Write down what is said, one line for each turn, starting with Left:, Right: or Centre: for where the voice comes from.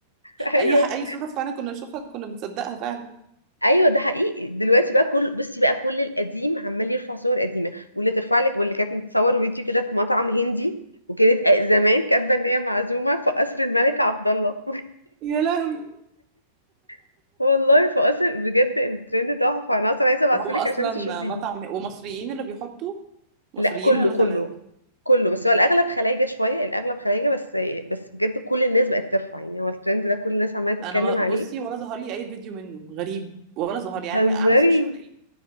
Left: <laughs> ايوه
Right: اي اي صوره فعلا كنا نشوفها كنا بنصدقها فعلا
Left: ايوه ده حقيقي دلوقتي بقى كل بصي بقى كل القديم عمال يرفع صور قديمه واللي ترفع لك واللي كانت متصور فيديو كده في مطعم هندي وكانت زمان كاتبه ان هي معزومه في قصر الملك عبد الله
Right: يا لهوي
Left: <laughs> والله في قصر بجد الترند تحفه انا اصلا عايزه ابعتهولك
Right: وهو اصلا
Left: عشان تشوفيه
Right: مطعم ومصريين اللي بيحطوا مصريين
Left: لا كله
Right: ولا
Left: كله
Right: خلايجة
Left: كله بس هو الاغلب خلايجه شويه الاغلب خلايجه بس بس بجد كل الناس بقت ترفع يعني هو الترند ده كل الناس عماله تتكلم
Right: انا ما- بصي
Left: عليه
Right: ولا ظهر لي اي فيديو منه غريب ولا ظهر
Left: بتهزري
Right: لي يعني اعمل سيرش على ايه